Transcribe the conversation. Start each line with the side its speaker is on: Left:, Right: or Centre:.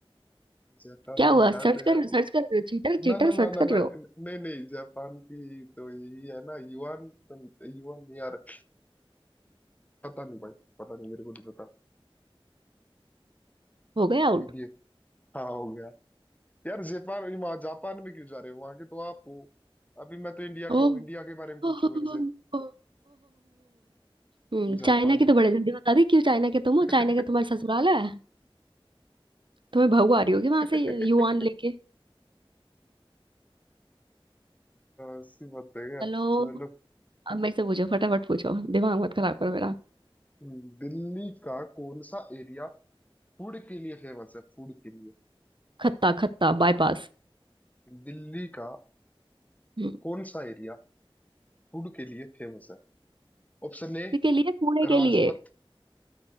Left: जापान
Right: क्या हुआ
Left: की है
Right: सर्च
Left: तो यार
Right: कर रहे हो
Left: वो-
Right: सर्च कर रहे हो चीटर चीटर
Left: ना ना
Right: सर्च
Left: ना ना
Right: कर रहे
Left: ना
Right: हो
Left: नहीं नहीं जापान की तो यही है ना युआन तो- युआन नहीं यार पता नहीं भाई पता नहीं मेरे को नहीं पता
Right: हो गए आउट
Left: इंडिया हाँ हो गया यार जापान वहाँ जापान में क्यों जा रहे हो वहां के तो आप हो अभी मैं तो इंडिया
Right: ओ
Left: का हूँ इंडिया के बारे में पूछो
Right: ओह
Left: मेरे से
Right: हम्म
Left: जापानी
Right: चाइना की तो बड़े जल्दी बता दी क्यों चाइना के तुम हो
Left: <laughs>
Right: चाइना के तुम्हारा ससुराल है तुम्हें बहू आ रही होगी वहां
Left: अच्छा,
Right: से युआन लेके
Left: ऐसी बात है क्या
Right: चलो
Left: चलो
Right: अब मेरे से पूछो फटाफट पूछो दिमाग मत खराब करो मेरा
Left: हम्म, दिल्ली का कौन सा एरिया फूड के लिए फेमस है फूड के लिए
Right: खत्ता खत्ता बाईपास
Left: दिल्ली का
Right: हम्म
Left: कौन सा एरिया फूड के लिए फेमस है ऑप्शन ए
Right: के लिए कूड़े के
Left: राजपथ
Right: लिए